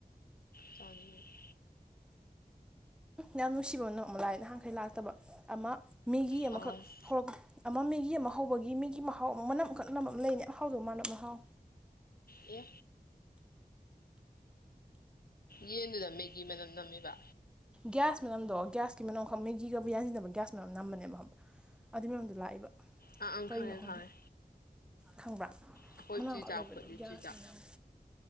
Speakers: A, on the left (about 65°); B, in the centre.
A: ꯆꯥꯅꯤꯡꯉ‌ꯦ
B: ꯌꯥꯝ ꯅꯨꯡꯁꯤꯕꯅꯣ ꯑꯃ ꯂꯥꯏ ꯅꯍꯥꯟꯈꯩ ꯂꯥꯛꯇꯕ ꯑꯃ ꯃꯦꯒꯤ ꯑꯃꯈꯛ
A: ꯑꯁ
B: ꯍꯧꯔꯛꯄ ꯑꯃ ꯃꯤꯒꯤ ꯑꯃ ꯍꯧꯕꯒꯤ ꯃꯤꯒꯤ ꯃꯍꯥꯎ ꯑꯃ ꯃꯅꯝ ꯀꯛꯅꯝ ꯑꯟꯃ ꯂꯩꯅꯦ ꯌꯥꯝ ꯍꯥꯎꯗꯧ ꯃꯥꯥꯟꯅꯕ ꯃꯍꯥꯎ
A: ꯑꯦ ꯌꯦꯟꯗꯨꯗ ꯃꯦꯒꯤ ꯃꯅꯝ ꯅꯝꯃꯤꯕ
B: ꯒ꯭ꯌꯥꯁ ꯃꯅꯝꯗꯣ ꯒ꯭ꯌꯥꯁꯀꯤ ꯃꯅꯝ ꯑꯃꯈꯛ ꯃꯦꯒꯤꯒꯕꯨ ꯌꯥꯟꯁꯤꯟꯅꯕ ꯒ꯭ꯌꯥꯁ ꯃꯅꯝ ꯅꯝꯕꯅꯦꯕ ꯑꯗꯨꯏ ꯃꯅꯝ ꯗ‌ꯣ ꯂꯥꯛꯏꯕ
A: ꯑꯪ ꯑꯪ
B: ꯀꯔꯤꯅꯣ
A: ꯈꯪꯉꯦ
B: ꯈ‌ꯪꯗ‌ꯦ
A: ꯈꯪꯉꯦ
B: ꯈꯪꯕ꯭ꯔꯥ
A: ꯑꯩꯈꯣꯏ
B: ꯃꯅꯥꯥꯡꯈꯣꯠ
A: ꯆꯨꯖꯥꯛ
B: ꯂꯩꯕꯗꯣ
A: ꯐꯨꯠꯂꯤ
B: ꯒ꯭ꯌꯥꯁ
A: ꯆꯨꯖꯥꯛ
B: ꯃꯅꯝ